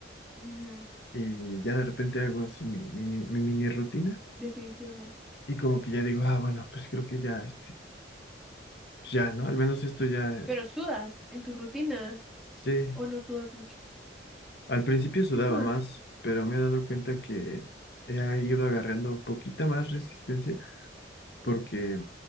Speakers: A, in the centre; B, on the left.
A: Ujú,
B: y ya de repente hago así mi, mi, mi
A: ujú,
B: mini rutina,
A: definitivamente.
B: y como que ya digo, ah, bueno, pues creo que ya, este, pues ya, ¿no? Al menos esto ya,
A: Pero sudas en tu rutina
B: sí,
A: o no sudas mucho.
B: al principio sudaba
A: Sí, sudas.
B: más, pero me he dado cuenta que he ido agarrando poquita más resistencia porque